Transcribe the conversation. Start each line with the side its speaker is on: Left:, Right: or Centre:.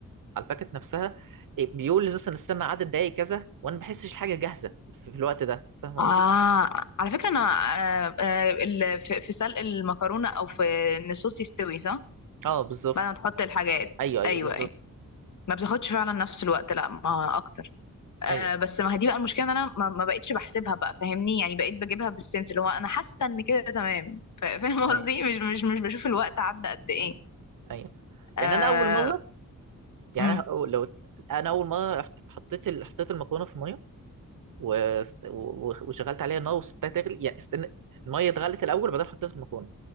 Right: على الباكت نفسها إيه، بيقول لي مثلا استنى عدد دقايق كذا وانا ما بحسش الحاجه جاهزه في الوقت ده فاهم
Left: آه
Right: قصدي
Left: على فكرة أنا آه آه ال- في في سلق المكرونة أو في إن الصوص يستوي صح؟
Right: اه بالظبط
Left: بعد ما تحط الحاجات
Right: ايوه ايوه
Left: أيوه
Right: بالظبط
Left: أيوه ما بتاخدش فعلا نفس الوقت لا ما أكتر آه
Right: ايوه
Left: بس ما هي دي بقى المشكلة إن أنا ما, ما بقتش بحسبها بقى فاهمني يعني بقيت بجيبها بالسنس اللي هو أنا حاسة إن كده تمام فا- فاهم
Right: ايوه
Left: قصدي مش مش مش بشوف الوقت عدى قد إيه
Right: ايوه أيوة.
Left: آه
Right: يعني انا اول مره يعني
Left: أمم
Right: انا أول- لو انا اول مره رحت- حطيت ال- حطيت المكرونه في الميه و- و- وشغلت عليها النار وسبتها تغلي يعني استنى الميه اتغلت الاول وبعدين حطيت المكرونه